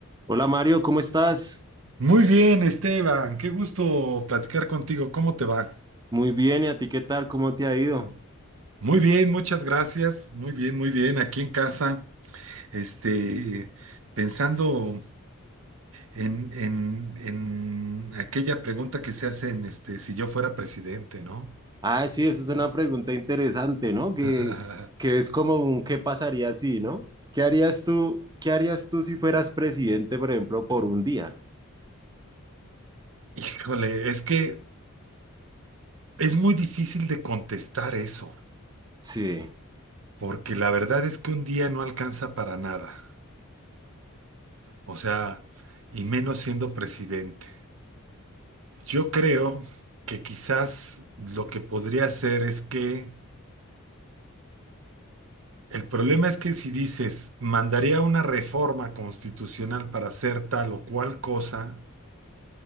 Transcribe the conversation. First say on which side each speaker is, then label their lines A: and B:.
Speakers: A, on the right; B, on the right.
A: Hola Mario, ¿cómo estás?
B: Muy bien, Esteban, qué gusto platicar contigo. ¿Cómo te va?
A: Muy bien, ¿y a ti qué tal? ¿Cómo te ha ido?
B: Muy bien, muchas gracias. Muy bien, muy bien. Aquí en casa, este, pensando en, en, en aquella pregunta que se hace en este, si yo fuera presidente, ¿no?
A: Ah, sí, esa es una pregunta interesante, ¿no? Que,
B: <laughs>
A: que es como un ¿qué pasaría si, no? ¿Qué harías tú, qué harías tú si fueras presidente, por ejemplo, por un día?
B: Híjole, es que es muy difícil de contestar eso,
A: Sí,
B: porque la verdad es que un día no alcanza para nada, o sea, y menos siendo presidente. Yo creo que quizás lo que podría hacer es que el problema es que si dices, mandaría una reforma constitucional para hacer tal o cual cosa,